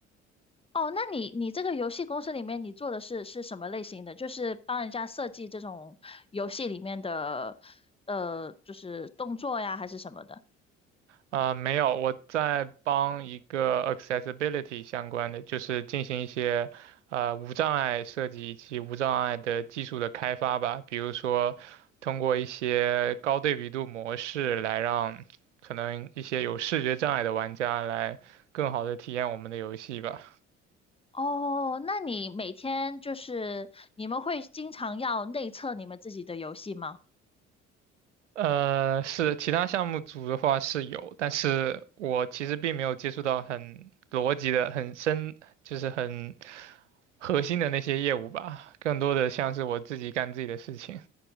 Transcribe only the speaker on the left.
哦，那你你这个游戏公司里面你做的是是什么类型的？就是帮人家设计这种游戏里面的呃，就是动作呀，还是什么的？
哦，那你每天就是你们会经常要内测你们自己的游戏吗？